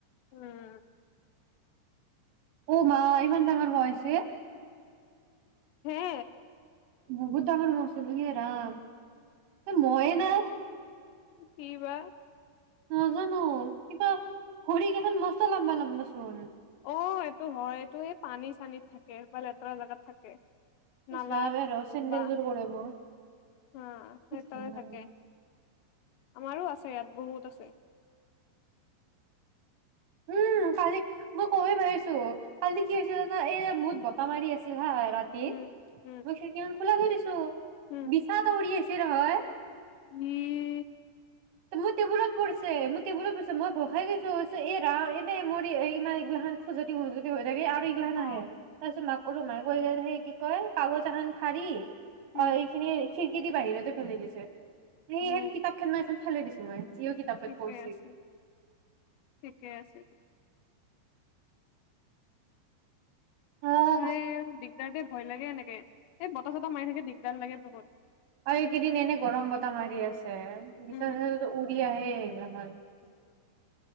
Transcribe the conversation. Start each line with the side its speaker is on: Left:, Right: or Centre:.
Left: উম।
Right: অ' মা ইমান ডাঙৰ <unintelligible>
Left: হে
Right: বহুত ডঙৰ মচলেৰাম ময়ে না
Left: কিবা
Right: নাজানো আও কিবা ভৰি কেইখন মস্ত লাম্বা লম্বা চোন।
Left: অ' এইটো হয় এইটো এই পানী চানীত থাকে বা লেতেৰা জোগাত থাকে। নালাত
Right: ইচ ৰাম এ ৰ চেন্দেলযোৰ
Left: বা
Right: কৰে মোৰ
Left: আহ সেইটয়ে
Right: ইচ ৰাম
Left: থাকে আমাৰো আছে ইয়াত বহুত আছে।
Right: উম কালি মই কবয়ে পাহৰিছোঁ। কালি কি হৈছে জানা এ বহুত বদ। বতাহ মাৰি আছিল হয়। ৰাতি?
Left: উম উম
Right: মই খিৰকি খান। খোলা কৰি দিছোঁ।
Left: উম
Right: বিছা এটা উৰি আছে। কি হয়?
Left: ই য়ে।
Right: মই টেবুলত পৰি <unintelligible> মই টেবুলত কৈছো মই ভয়খাই গৈছোঁ এ ৰাম, এনেই মোৰ ইমান এইগিলাখন খুজুতি-মুজুতি হৈ আছে। <unintelligible> আৰ ইগ্লাখান
Left: অ
Right: আহে। তাৰপিছত কৰো মাই কৈ গলে সেই কি কয় কাগজ এখান ফাৰি
Left: উম
Right: অ', এইখিনিয়ে। খিৰকী দি বাহিৰতে ফেলাই দিছে। সেই
Left: উম
Right: হেন কিতাপ খান মাই ফেলে। ফেলে দিছোঁ মই। ইও কিতাপত
Left: ঠিকে
Right: পঢ়ছিল।
Left: আছে ঠিকে আছে
Right: অ',
Left: হয়, দিগদাৰ দে। ভয় লাগে এনেকে, এই বতাহ চতাহ মাৰি থাকে, দিগদাৰ লাগে বহুত।
Right: আৰু এইকেইদিন এনে গৰম বতাহ মাৰি আছে। <unintelligible> বিছা-থিছা
Left: উম
Right: যদি উৰি আহে এইগ্লাখান।